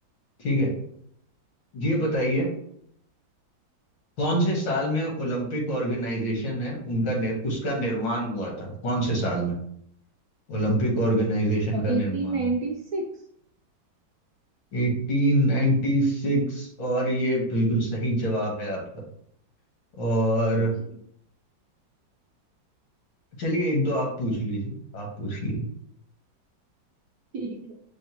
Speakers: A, on the left; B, on the right.
A: ठीक है ये बताइए कौन से साल में ओलंपिक ऑर्गेनाइजेशन है उनका निर, उसका निर्माण हुआ था कौन से साल में ओलंपिक ऑर्गेनाइजेशन का
B: एटीन
A: निर्माण
B: नाइनटी सिक्स
A: 1896 और ये बिल्कुल सही जवाब है आपका और
B: जी
A: चलिए एक दो आप पूछ लीजिए आप पूछ लीजिए
B: ठीक है